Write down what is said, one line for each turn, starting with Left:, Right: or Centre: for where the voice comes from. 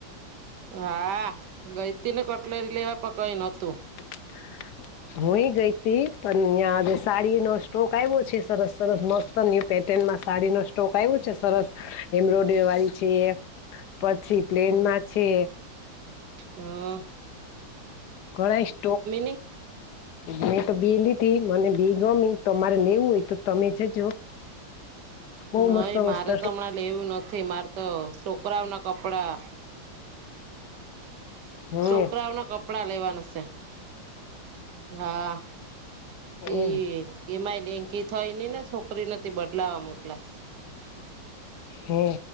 Right: હા ગઈતી ને કટલેરી લેવા પકઈ નોતું
Left: <inaudible> હું એ ગઈ હતી પણ તયાં આજે સાડીનો સ્ટોક આવ્યો છે સરસ સરસ મસ્ત તો ન્યુ પેટર્નમાં સાડી નો સ્ટોક આવ્યો છે સરસ એમ્બ્રોડ વાળી છે પછી પ્લેનમાં છે
Right: હા
Left: ઘણાઈ સ્ટો
Right: ની
Left: મેં તો બી લીધી મને બી ગમી તમારે લેવું હોય તો તમે જજો બહુ
Right: નઈ
Left: મસ્ત
Right: મારે
Left: મસ્ત
Right: તો હમણાં લેવું નથી મારે તો છોકરાઓ ના કપડા
Left: હમ
Right: છોકરાઓના કપડા લેવાના છે હા તે
Left: એમ
Right: એમાંય લેન્કી થઈ ને છોકરીને તે બદલાવા મોકલા
Left: હે